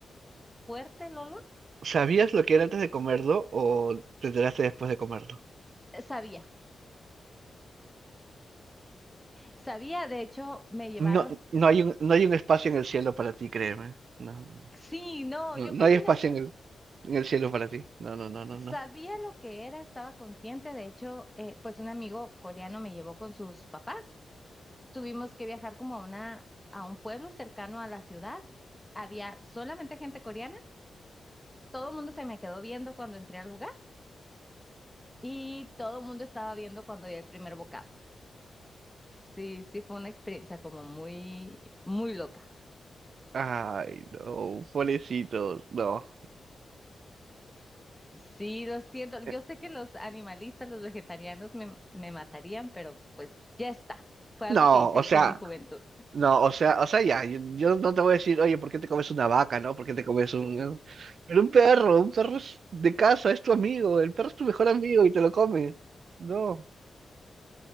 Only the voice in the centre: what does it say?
fuerte el olor.
Eh, Sabía, sabía, de hecho me llevaron,
sí, no,
yo
creo
que
no,
sabía
lo que era, estaba consciente, de hecho, eh, pues un amigo coreano me llevó con sus papás Tuvimos que viajar como a una, a un pueblo cercano a la ciudad. Había solamente gente coreana. Todo el mundo se me quedó viendo cuando entré al lugar y todo el mundo estaba viendo cuando di el primer bocado. Sí, sí fue una experiencia como muy, muy loca.
Sí, lo siento. Yo
sé que los animalistas, los vegetarianos me, me matarían, pero pues ya está. Fue algo
que hice
en mi juventud.